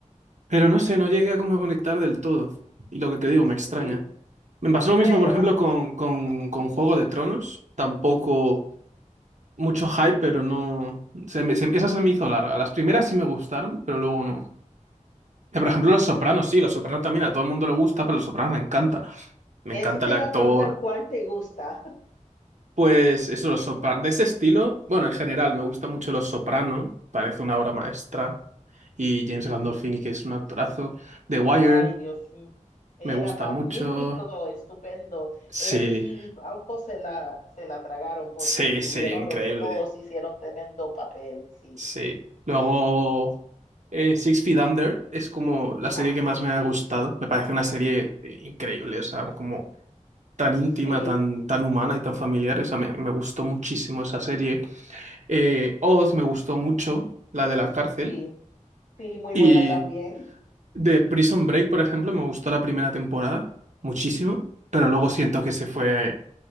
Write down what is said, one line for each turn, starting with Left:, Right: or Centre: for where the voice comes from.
Right: Pero no sé, no llegué a como conectar del todo. Y lo que te digo, me extraña.
Left: sí.
Right: Me pasó lo
Left: Bueno,
Right: mismo, por ejemplo,
Left: as-
Right: con, con, con Juego de Tronos. Tampoco mucho hype, pero no... Se me- se- esa se me hizo larga. Las primeras sí me gustaron, pero luego no. Eh, Por ejemplo, Los Sopranos, sí, Los Sopranos también a todo el mundo le gusta, pero Los Sopranos me encanta me
Left: eso
Right: encanta
Left: te
Right: el
Left: iba
Right: actor.
Left: a preguntar, ¿cuál te gusta?
Right: Pues eso, los sopranos. De ese estilo, bueno, en general me gusta mucho Los Soprano, parece una obra maestra. Y James Gandolfini, que es un actorazo. The Wire,
Left: Ay, Dios, m- era
Right: me gusta
Left: magnífico,
Right: mucho.
Left: estupendo.
Right: Sí,
Left: Él y, y Di Falco se la, se la tragaron porque
Right: sí,
Left: estuvieron
Right: sí, increíble.
Left: los dos, hicieron tremendo papel, sí.
Right: Sí. Luego, eh, Six Feet Under es como la serie
Left: Ah,
Right: que
Left: sí,
Right: más me ha gustado. Me parece una serie eh, increíble, o sea, como tan íntima,
Left: sí,
Right: tan, tan humana y tan familiar. O sea, me, me gustó muchísimo esa serie. Eh, Oz me gustó mucho, la de la cárcel.
Left: sí, sí, muy
Right: Y
Left: buena también.
Right: de Prison Break, por ejemplo, me gustó la primera temporada muchísimo, pero luego siento que se fue,